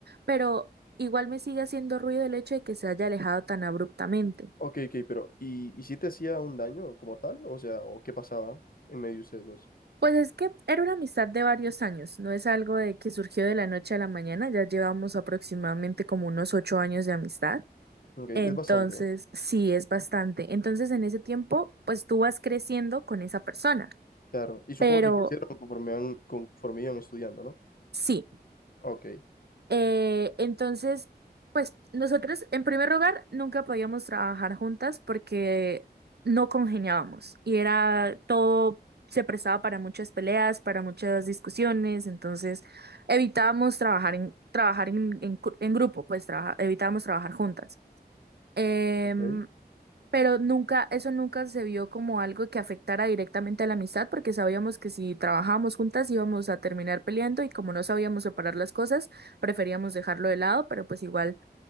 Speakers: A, on the right; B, on the left.
A: pero igual me sigue haciendo ruido el hecho de que se haya alejado tan abruptamente.
B: Ok, ok, pero ¿y, y si te hacía un daño como tal? O sea, ¿o qué pasaba en medio de ustedes dos?
A: Pues es que era una amistad de varios años, no es algo de que surgió de la noche a la mañana, ya llevamos aproximadamente como unos ocho años de amistad.
B: Ok, es
A: Entonces,
B: bastante, ¿eh?
A: sí, es bastante. Entonces, en ese tiempo, pues tú vas creciendo con esa persona.
B: Claro. Y supongo
A: Pero
B: que crecieron conforme, van, conforme iban estudiando, ¿no?
A: sí,
B: Ok,
A: eh, entonces, pues nosotros, en primer lugar, nunca podíamos trabajar juntas porque no congeniábamos y era todo, se prestaba para muchas peleas, para muchas discusiones. Entonces, evitábamos trabajar en, trabajar en, en cu- en grupo, pues trabaja- evitábamos trabajar juntas. Em,
B: ok.
A: Pero nunca, eso nunca se vio como algo que afectara directamente a la amistad, porque sabíamos que si trabajábamos juntas íbamos a terminar peleando y como no sabíamos separar las cosas, preferíamos dejarlo de lado, pero pues igual,